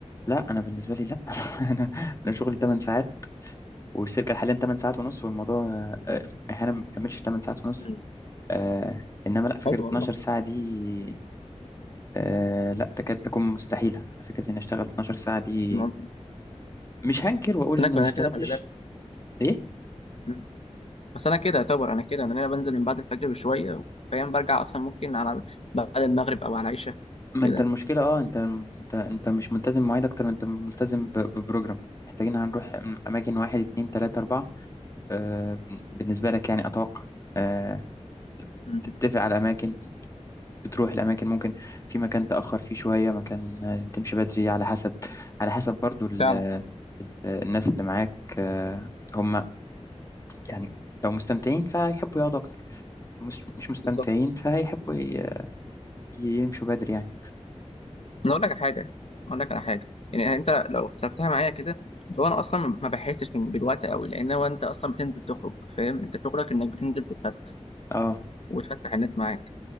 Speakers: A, on the left; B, on the left.
A: لا انا بالنسبه لي لا <laughs> انا انا شغلي 8 ساعات والشركه حاليا 8 ساعات ونص والموضوع آه، آه، احيانا ما بكملش 8 ساعات ونص
B: مم.
A: آه، انما لا فكره
B: حلو
A: 12
B: والله
A: ساعه دي آه، لا تكاد تكون مستحيله فكره اني اشتغل 12 ساعه دي
B: ما-
A: مش هنكر واقول
B: بس انا
A: اني
B: كنت-
A: ما
B: أنا
A: اشتغلتش
B: كده خلي بالك
A: ايه
B: مم. بس انا كده يعتبر انا كده لأن انا بنزل من بعد الفجر بشوية فاهم برجع اصلا ممكن على بعد المغرب او على العشاء
A: ما
B: كده
A: انت المشكله اه انت انت انت مش ملتزم بمواعيد اكتر ما انت ملتزم ب- ببروجرام محتاجين هنروح اماكن واحد اتنين تلاته اربعه آه، بالنسبة لك يعني أتوقع آه،
B: مم.
A: تتفق على أماكن بتروح الأماكن ممكن في مكان تأخر فيه شوية مكان آه، تمشي بدري على حسب على حسب برضو ال-
B: فعلا
A: ال- الناس اللي معاك آه، هم يعني لو مستمتعين فهيحبوا يقعدوا أكتر مش مش مستمتعين
B: بالظبط
A: فهيحبوا ي- يمشوا بدري يعني
B: انا اقول لك على حاجه اقول لك على حاجه يعني انت لو حسبتها معايا كده فهو انا اصلا ما بحسش من- بالوقت قوي لان هو انت اصلا بتنزل تخرج فاهم انت شغلك انك بتنزل تتفتح
A: اه
B: وتفتح الناس معاك